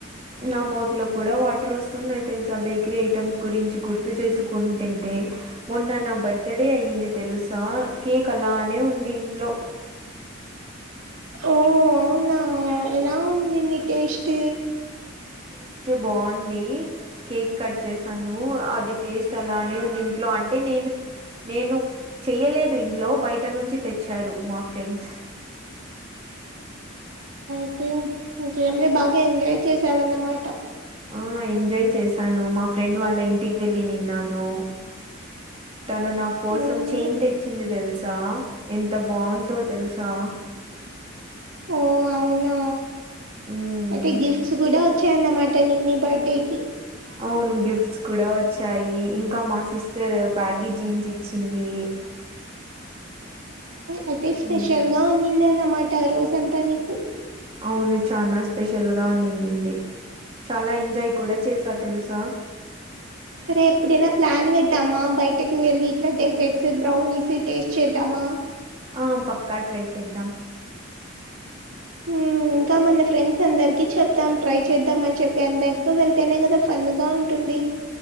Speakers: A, on the right; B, on the right.
A: నా మౌత్ లో కూడా వాటర్ వస్తున్నాయి తెలుసా బేకరీ ఐటెమ్స్ గురించి గుర్తు చేసుకుంటంతే మన్ నా బర్త్డే అయి్యింది తెలుసు స కేక అలానే ఉంది ఇంట్లో
B: ఓ అవునా ఎలా నిన్న టేస్ట్
A: బాగుంది కేక్ కట్ చేసాను అది టేస్ట్ అలానే ఉంది ఇంట్లో అంటే నేను నేను చెయ్యలేదు ఇంట్లో బయట నుంచి తెచ్చారు మా ఫ్రెండ్స్
B: అతే ఇంకేమ్లే బాగా ఎంజాయ్ చేసావన్నమాట
A: ఆ ఎంజాయ్ చేశాను మా ఫ్రెండ్ వాళ్ళ ఇంటికి వెళ్ళి నిన్నాను తను నా కోసం
B: హ్మ్
A: చేయిన్ తెచ్చింది తెలుసా ఎంత బాగుందో తెలుసా
B: ఓ అవునా
A: హ్మ్.
B: ఎయితే గిఫ్స్ కూడా వచ్చయన్నమాట నీకు నీ బర్త్డే కి
A: అవును గిఫ్ట్స్ కూడా వచ్చాయి ఇంకా మా సిస్టర్ బ్యాగీ జీన్స్ ఇచ్చింది
B: అయితే స్పెషల్
A: హ్మ్
B: గా ఉన్నిందిన్నమాట రోజంతా నీకు
A: అవును చానా స్పెషల్ గా ఉండింది చాలా ఎంజాయ్ కూడా చేసా తెలుసా
B: సరే ఎప్పుడైనా ప్లాన్ వేద్దామా బయటకి వెళ్ళి ఇట్లా డెజర్ట్స్ బ్రౌనీస్ టేస్ట్ చేద్దామా
A: ఆ పక్కా ట్రై చేద్దాం
B: హ్మ్ ఇంకా మన ఫ్రెండ్స్ అందరికి చెప్దాం ట్రై చేద్దాం అని చెప్పి అందరితో వెళ్తేనే కదా ఫన్ గా ఉంటుంది